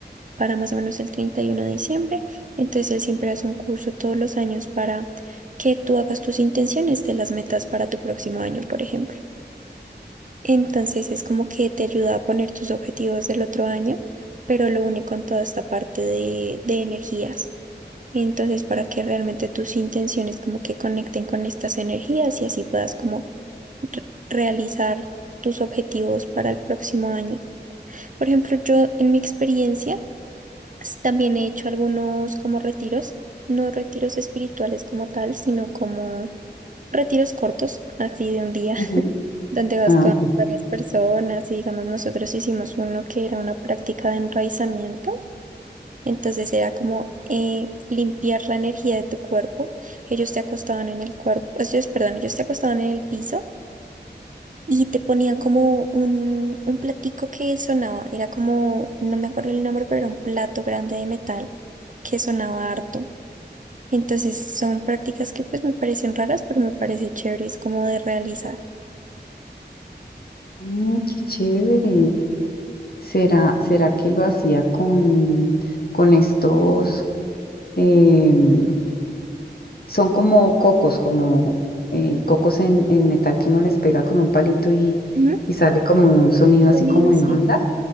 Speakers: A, on the right; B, on the left.
A: para más o menos el 31 de diciembre. Entonces él siempre hace un curso todos los años para que tú hagas tus intenciones de las metas para tu próximo año, por ejemplo. Entonces es como que te ayuda a poner tus objetivos del otro año, pero lo une con toda esta parte de, de energías. Entonces, para que realmente tus intenciones como que conecten con estas energías y así puedas como re- realizar tus objetivos para el próximo año. Por ejemplo, yo en mi experiencia S- También he hecho algunos como retiros, no retiros espirituales como tal, sino como retiros cortos, así de un día,
B: ujú.
A: <laughs> donde vas
B: Ah,
A: con
B: sí.
A: varias personas y digamos nosotros hicimos uno que era una práctica de enraizamiento. Entonces era como eh, limpiar la energía de tu cuerpo. Ellos te acostaban en el cuerpo, ellos, perdón, ellos te acostaban en el piso y te ponían como un, un platico que sonaba, era como, no me acuerdo el nombre, pero era un plato grande de metal que sonaba harto. Entonces son prácticas que pues me parecen raras, pero me parece chéveres como de realizar.
B: Mm, qué chévere. ¿Será, será que lo hacía con, con estos, em, son como cocos, como eh, cocos en, en metal que uno les pega con un palito y,
A: Ujú,
B: y sale como un sonido
A: Sonido,
B: así como en
A: sí.
B: onda?